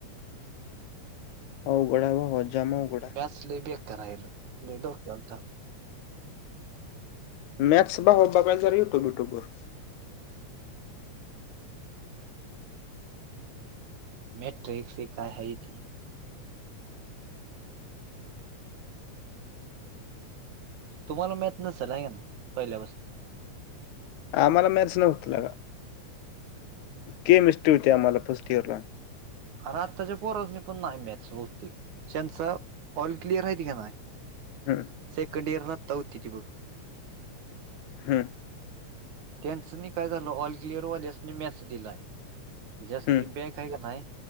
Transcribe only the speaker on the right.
च लय बेकार हाय र लय डोक्याला ताप
मॅथ्स ट्रिक्स ये काय हाय ते तुम्हाला मॅथ्स नसल आहे क नायं पहिल्यापासून
अर आत्ताच्या पोरास्नी पण नायं मॅथ्स बहुतेक ज्यांचा ऑल क्लिअर हायती की नायं
सेकंड इयर ला आता होती ती बघ
त्याचनी काय झालं ऑल क्लिअर वाल्यासनी मॅथ्स दिलाय ज्यासनी
बॅक हाय का नायं